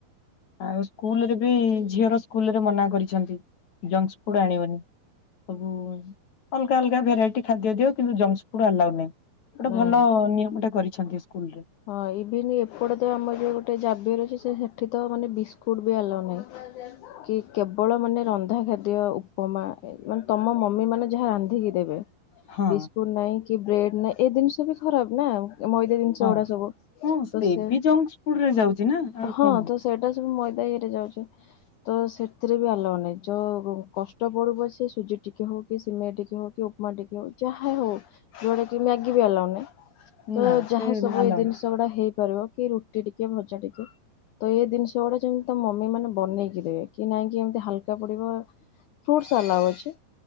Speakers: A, on the left; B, on the left.
A: ଆଉ ସ୍କୁଲରେ ବି ଝିଅର ସ୍କୁଲରେ ମନା କରିଛନ୍ତି ଯଂକ୍ସ ଫୁଡ ଆଣିବନି। ସବୁ ଅଲଗା ଅଲଗା ଭେରାଇଟି ଖାଦ୍ୟ ଦିଅ କିନ୍ତୁ ଜଙ୍କସ ଫୁଡ ଆଲାଉ ନାହିଁ। ଗୋଟେ
B: ନାଇଁ
A: ଭଲ ନିୟମ ଟେ କରିଛନ୍ତି ସ୍କୁଲରେ।
B: ହଁ ଇଭିନି ଏପଟେ ତ ଆମର ଯୋଉ ଗୋଟେ ଜାବିଅର ଅଛି ସେଠି ତ ମାନେ ବିସ୍କୁଟ ବି ଆଲାଉ ନାହିଁ। କି କେବଳ ମାନେ ରନ୍ଧା ଖାଦ୍ୟ ଉପମା ମାନେ ତମ ମମି ମାନେ ଯାହା ରାନ୍ଧିକି ଦେବେ।
A: ହଁ
B: ବିସ୍କୁଟ ନହିଁ କି ବ୍ରେଡ ନାହିଁ ଏ ଜିନିଷ ବି ଖରାପ ନା ମଇଦା ଜିନିଷ
A: ହଁ।
B: ଗୁଡା ସବୁ
A: ହଁ ସେ
B: ତସେ
A: ବି ଜଙ୍କସ୍ ଫୁଡ୍ ରେ ଯାଉଛି ନା ଆଉ
B: ହଁ
A: କଣ
B: ତ ସେଇଟା ସବୁ ମଇଦା ଇଏରେ ଯାଉଛି। ତ ସେଥିରେ ବି ଆଲାଉ ନାହିଁ ଯ କଷ୍ଟ ପଡୁ ପଛେ ସୁଜି ଟିକେ ହଉ କି ସିମେଇ ଟିକେ ହଉ କି ଉପମା ଟିକେ ହଉ ଯାହା ହଉ ଯୋଉଡା କି ମ୍ୟାଗି ବି ଆଲାଓ ନାହିଁ। ତ
A: ନା ସେ
B: ଯାହା ସବୁ
A: ଆଲାଉ
B: ଏଇ ଜିନିଷ
A: ନାହିଁ
B: ଗୁଡା ହେଇପାରିବ କି ରୁଟି ଟିକେ ଭଜା ଟିକେ। ତ ଏଇ ଜିନିଷ ଗୁଡା ଯେମିତି ତମ ମମି ମାନେ ବନେଇକି ଦେବେ କି ନାଇଁ କି ଏମିତି ହାଲକା ପଡିବ ଫ୍ରୁଟସ ଆଲାଉ ଅଛି